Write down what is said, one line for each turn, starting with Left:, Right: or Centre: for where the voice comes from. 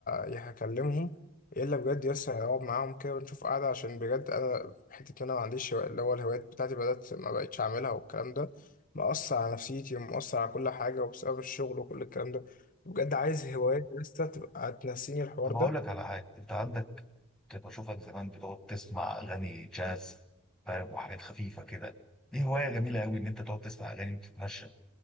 Left: يا هكلمهم يا الا بجد يا اسطى هقعد معاهم كده ونشوف قعده عشان بجد انا حته إن انا ما عنديش هوا- اللي هو الهوايات بتاعتي بدات ما بقتش اعملها والكلام ده مأثر على نفسيتي ومأثر على كل حاجه وبسبب الشغل وكل الكلام ده بجد عايز هوايات يا اسطى تبقى تنسيني الحوار
Centre: طب
Left: ده
Centre: اقول لك على حاجه انت عندك كنت بشوفك زمان بتقعد تسمع اغاني جاز فاهم وحاجات خفيفه كده دي هوايه جميله قوي ان انت تقعد تسمع اغاني وتتمشى